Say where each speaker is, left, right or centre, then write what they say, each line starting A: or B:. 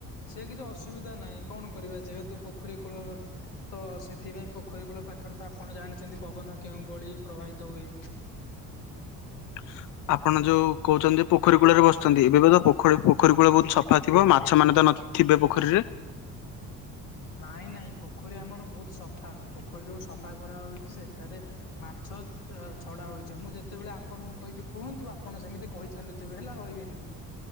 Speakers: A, on the left (about 80°); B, on the left (about 40°).
A: ସେ କିଛି ଅସୁବିଧା ନାହିଁ କଣ କରିବା ଯେହେତୁ ପୋଖରୀ କୂଳ ତ ସେଥିପାଇଁ ପୋଖରୀ କୂଳ ପାଖରେ ତ ଆପଣ ଜାଣିଛନ୍ତି ପବନ କେଉଁ ଭଳି ପ୍ରବାହିତ ହୁଏ।
B: <inaudible> ଆପଣ ଯୋଉ କୋହୁଛନ୍ତି ଯେ ପୋଖରୀ କୂଳରେ ବସୁଛନ୍ତି ଏବେ ତ ପୋଖରୀ ପୋଖରୀ କୂଳ ବୋହୁତ ସଫା ଥିବ ମାଛ ମାନେ ତ ନ ଥିବେ ପୋଖରୀରେ।
A: ନାଇଁ ନାଇଁ ପୋଖରୀ ଆମର ବୋହୁତ ସଫା ପୋଖରୀରୁ ସଫା କରାହୋଉଚି ସେଠାରେ ମାଛ ଛଡା ହୋଇଛି ମୁଁ ଯେତେବେଳେ ଆପଣଙ୍କୁ କହିବି କୁହନ୍ତୁ ଆପଣ ସେମିତି କହିଚାଲୁଥିବେ ହେଲା ରହିବେନି।